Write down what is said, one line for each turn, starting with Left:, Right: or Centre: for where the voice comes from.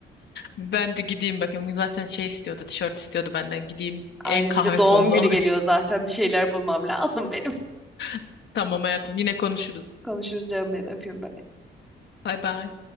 Left: ben de gideyim bakayım zaten şey istiyordu, tişört istiyordu benden gideyim
Centre: Aynen
Left: en kahve
Centre: bir de doğum
Left: tonunu
Centre: günü
Left: alayım.
Centre: geliyor zaten bir şeyler bulmam lazım benim.
Left: <laughs> Tamam hayatım yine konuşuruz.
Centre: Konuşuruz canım benim öpüyorum ben.
Left: Bay bay.